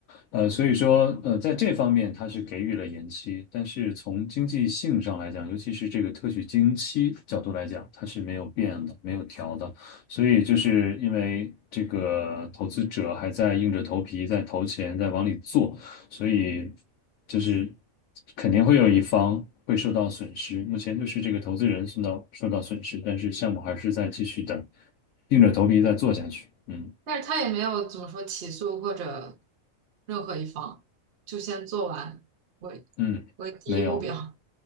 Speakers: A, on the left; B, on the right.
A: 呃，所以说，呃，在这方面它是给予了延期，但是从经济性上来讲，尤其是这个特许经营期角度来讲，它是没有变的，没有调的。所以就是因为这个投资者还在硬着头皮在投钱，在往里做，所以就是肯定会有一方会受到损失。目前就是这个投资人受到受到损失，但是项目还是在继续的硬着头皮在做下去。嗯
B: 但是他也没有怎么说起诉或者任何一方，就先做完为
A: 嗯，
B: 为第一目标。
A: 没有。